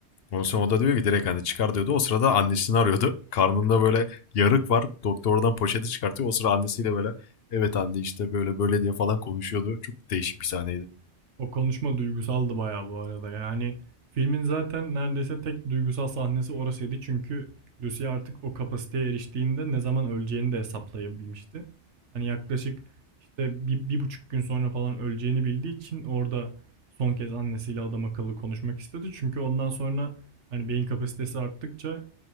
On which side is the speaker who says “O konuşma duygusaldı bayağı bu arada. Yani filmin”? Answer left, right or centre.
Right